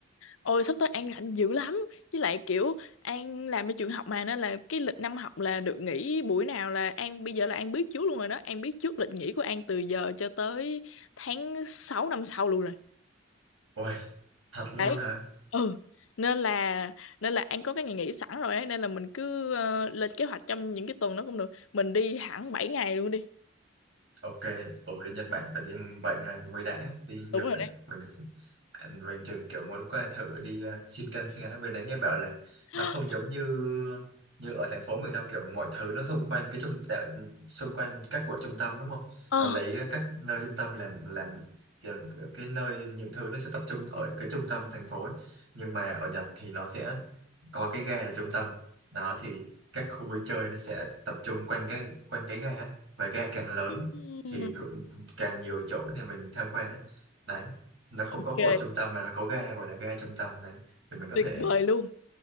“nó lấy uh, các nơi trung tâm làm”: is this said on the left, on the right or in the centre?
Right